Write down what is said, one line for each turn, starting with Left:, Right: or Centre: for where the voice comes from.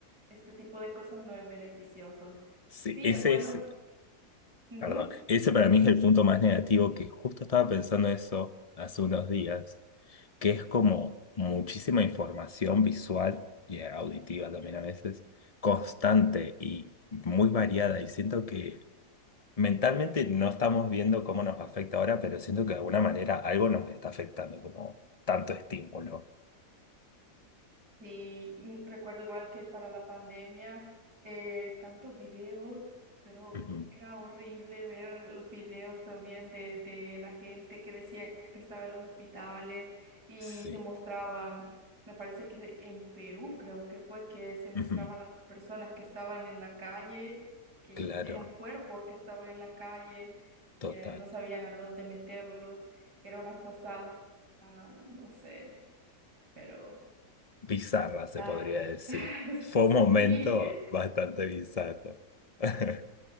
Right: este tipo de cosas no es beneficioso.
Left: sí,
Right: Sí,
Left: ese
Right: es bueno.
Left: es.
Right: ujú.
Left: Perdón, ese para mí es el punto más negativo que justo estaba pensando eso hace unos días, que es como muchísima información visual y auditiva también a veces, constante y muy variada. Y siento que mentalmente no estamos viendo cómo nos afecta ahora, pero siento que de alguna manera algo nos está afectando, como tanto estímulo.
Right: Sí, mm, recuerdo igual que para la pandemia, eh, tantos videos, pero
Left: Ujú,
Right: era horrible ver los videos también de, de la gente que decía que estaba en los hospitales y
Left: Sí,
Right: se mostraba, me parece que en Perú creo que fue que se mostraban
Left: ujú,
Right: las personas que estaban en la calle, que
Left: claro,
Right: eran cuerpos que estaban en la calle,
Left: total.
Right: que no sabían a dónde meterlos, era una cosa, ah, no sé, pero...
Left: bizarra, se
Right: Ah,
Left: podría decir.
Right: <laughs>
Left: Fue un momento
Right: sí,
Left: bastante bizarro. <laughs>